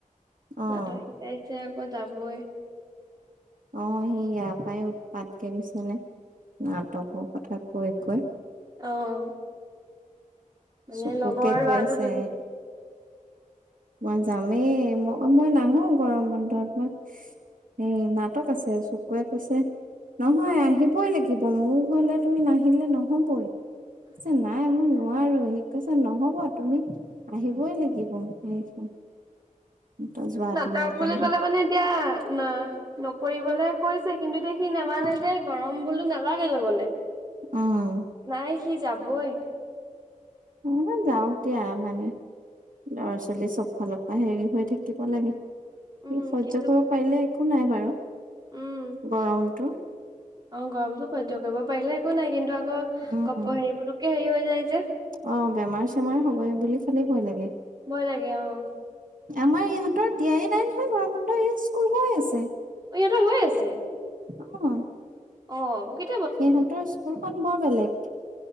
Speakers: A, on the right; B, on the right.
A: অ',
B: নাটক শিকাইছে <unintelligible> যাবই।
A: অ', সি ইয়াৰ পৰাই উৎপাতকে গৈছে নে, নাটকৰ কথা কৈ কৈ
B: অহ, মানে
A: চকুকে
B: লগৰ
A: কৈ
B: লৰাটো
A: আছে
B: গৈছে
A: মই যামেই, ম-মই নাহো গৰম বন্ধত, মই এ নাটক আছে, চুকুৱে কৈছে নহয় আহিবই লাগিব, মোৰ ঘৰলে তুমি নাহিলে নহবই। <unintelligible> নাই মই নোৱাৰো, সি কৈছে নহব, তুমি আহিবই লাগিব। <unintelligible> যোৱা
B: নাটক
A: দিনা
B: বুলি
A: কাহিনী
B: ক'লে মানে এতিয়া, না-নকৰিবলে কৈছে কিন্তু এতিয়া সি নেমানে যে, গৰম বোলো নালাগে যাবলে।
A: অ',
B: নাই সি যাবই।
A: উ, যাওঁক দিয়া মানে লৰা-ছোৱালী চব ফালৰ পৰা হেৰি হৈ থাকিব লাগে। সি
B: উম
A: সহ্য
B: কিন্তু
A: কৰিব পাৰিলে একো নাই বাৰু,
B: উম
A: গৰমটো।
B: অ', গৰমতো সহ্য কৰিব পাৰিলে একো নাই কিন্তু আ
A: উম
B: <unintelligible> পুতুককে হেৰি হৈ যায় যে।
A: অ বেমাৰ চেমাৰ হবই বুলি চালেই ভয় লাগে।
B: ভয় লাগে, অ'।
A: আমাৰ ইহঁতৰ দিয়াই নাই নহয় গৰম বন্ধ, স্কুল হৈ আছে।
B: অ', ইহঁতৰ হৈ আছে।
A: অ'।
B: অ', <unintelligible>
A: সিহঁতৰ স্কুলখন বৰ বেলেগ,